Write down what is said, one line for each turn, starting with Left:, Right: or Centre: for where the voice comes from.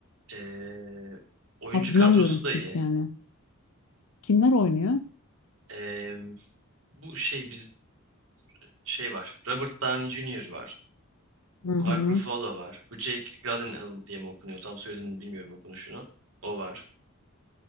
Right: Ee, oyuncu
Left: Hatırlamıyorum
Right: kadrosu da
Left: çünkü
Right: iyi.
Left: yani. Kimler oynuyor?
Right: Ee, bu şey biz şey var. Robert Downey Jr. var.
Left: Hı hı.
Right: Mark Ruffalo var. Bu Jake Gyllenhaal diye mi okunuyor? Tam soyadını bilmiyorum okunuşunu. O var.